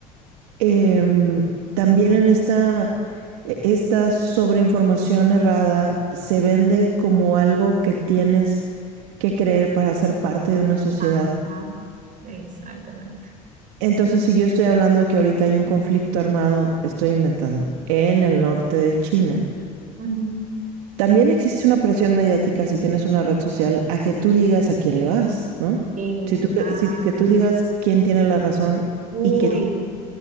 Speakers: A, on the right (about 65°); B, on the right (about 40°).
A: em, también en esta, e- esta sobreinformación errada se vende como algo que tienes que creer para ser parte de una sociedad.
B: Ajá, exactamente.
A: Entonces, si yo estoy hablando de que ahorita hay un conflicto armado, estoy inventando, en el norte de China,
B: ujú.
A: También existe una presión mediática si tienes una red social a que tú digas a quién le vas, ¿no?
B: Sí,
A: Si
B: claro.
A: tú, que, si, que tú digas quién tiene la razón
B: Uy,
A: y que,